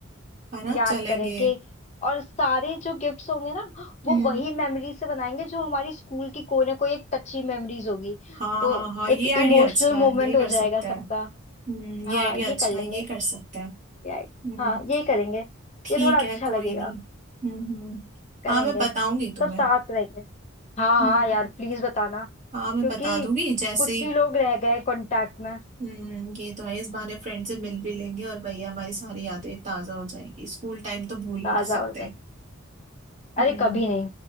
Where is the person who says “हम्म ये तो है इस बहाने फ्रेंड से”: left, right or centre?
Right